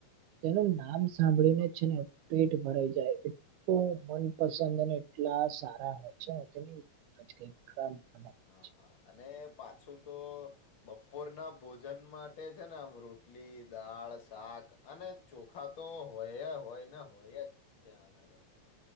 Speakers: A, on the right; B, on the left.
A: તેનું નામ સાંભળીને છે ને પેટ ભરાઈ જાય એટલું મનપસંદ અને. એટલા સારા હોય છે. અલગ હોય
B: હા
A: છે.
B: હા અને પાછું. તો બપોર ના ભોજન માટે છે ને આમ રોટલી દાળ શાક અને. ચોખા તો હોય હોય ને હોય જ છે આગળે.